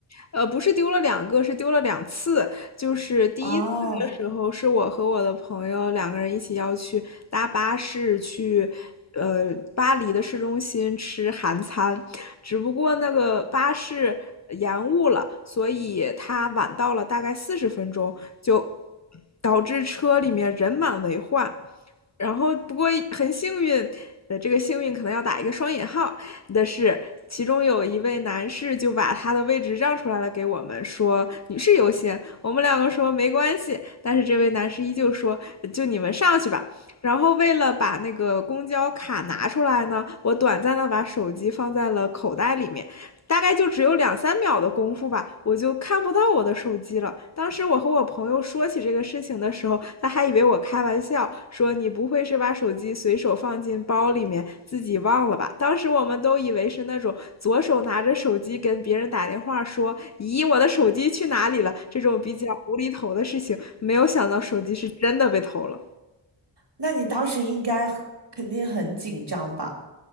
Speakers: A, on the left; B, on the right.
A: 呃，不是丢了两个，是丢了两次。就是第一次的时候，
B: 哦，
A: 是我和我的朋友两个人一起要去搭巴士去，呃，巴黎的市中心吃韩餐，只不过那个巴士延误了，所以他晚到了大概四十分钟，就导致车里面人满为患。然后不过很幸运，呃，这个幸运可能要打一个双引号的是，其中有一位男士就把他的位置让出来了给我们，说女士优先。我们两个说没关系，但是这位男士依旧说就你们上去吧。然后为了把那个公交卡拿出来呢，我短暂的把手机放在了口袋里面，大概就只有两三秒的功夫吧，我就看不到我的手机了。当时我和我朋友说起这个事情的时候，他还以为我开玩笑，说你不会是把手机随手放进包里面自己忘了吧？当时我们都以为是那种左手拿着手机跟别人打电话说，咦，我的手机去哪里了？这种比较无厘头的事情，没有想到手机是真的被偷了。
B: 那你当时应该很肯定很紧张吧？